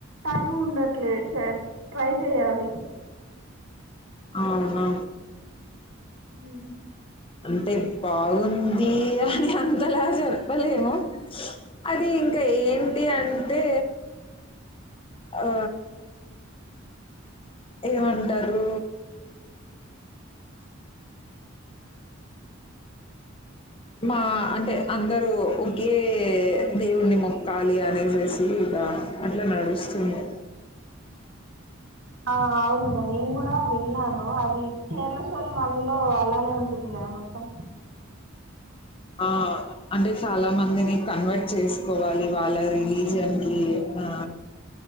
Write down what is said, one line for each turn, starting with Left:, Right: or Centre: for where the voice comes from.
Right: టైం ఉండట్లేదు చేయి, ట్రై చేయాలి.
Left: అవునా
Right: ఉహ్మ్
Left: అంటే బాగుంది అని అంతలా చెప్పలేము. అది, ఇంకా ఏంటి అంటే ఆ, ఏమంటారు. మా అంటే అందరు ఒకే దేవుణ్ణి మొక్కాలి అనేసేసి ఆ అట్లా నడుస్తుంది
Right: ఆ అవును నేను కూడా విన్నాను అది. కేరళ స్టోరీ వన్ లో అలానే ఉంటుంది, కదా మొత్తం.
Left: ఆ అంటే చాలా మందిని కన్వర్ట్ చేసుకోవాలి. వాళ్ళ రిలీజియన్ కి, ఆ,